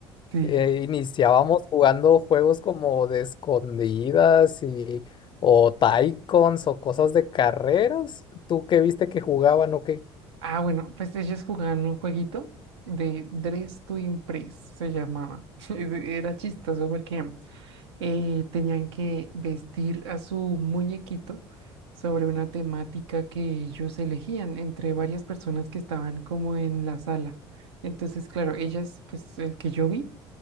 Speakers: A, on the right; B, on the left.
A: Sí.
B: Eh, iniciábamos jugando juegos como de escondidas y o Tycoons o cosas de carreras. ¿Tú qué viste que jugaban o qué?
A: Ah, bueno, pues ellos jugaban un jueguito de Dress to Impress, se llamaba. <laughs> Era chistoso porque eh, tenían que vestir a su muñequito sobre una temática que ellos elegían entre varias personas que estaban como en la sala. Entonces, claro, ellas, pues el que yo vi,